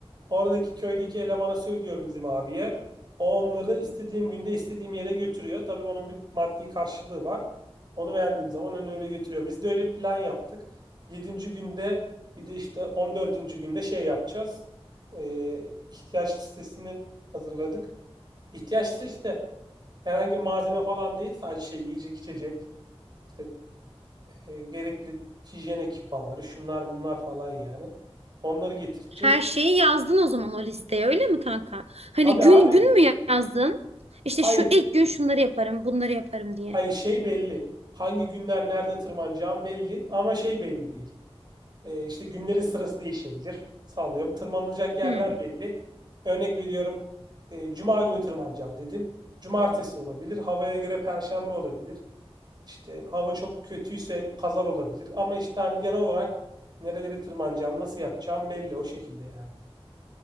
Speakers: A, on the right; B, on the right.
A: Oradaki köydeki elemana söylüyorum bizim abiye. O onları istediğim günde istediğim yere götürüyor. Tabii onun bir maddi karşılığı var. Onu verdiğim zaman onu öyle götürüyor. Biz de öyle bir plan yaptık. Yedinci günde bir de işte on dördüncü günde şey yapacağız. Ee, ihtiyaç listesini hazırladık. İhtiyaç listesi de herhangi bir malzeme falan değil. Sadece şey yiyecek içecek. İşte e, gerekli hijyen ekipmanları şunlar bunlar falan yani. Onları getireceğiz.
B: Her şeyi yazdın o zaman o listeye öyle mi kanka? Hani
A: Tabii
B: gün
A: abi.
B: gün mü yazdın? İşte
A: Hayır.
B: şu ilk gün şunları yaparım, bunları yaparım diye.
A: Hayır şey belli. Hangi günler nerede tırmanacağım belli ama şey belli değil. Ee, işte günlerin sırası değişebilir. Sallıyorum. Tırmanılacak yerler
B: Hı.
A: belli. Örnek veriyorum. e, Cuma günü tırmanacağım dedim. Cumartesi olabilir. Havaya göre Perşembe olabilir. İşte hava çok kötüyse Pazar olabilir. Ama işte hani genel olarak nereleri tırmanacağım, nasıl yapacağım belli o şekilde yani.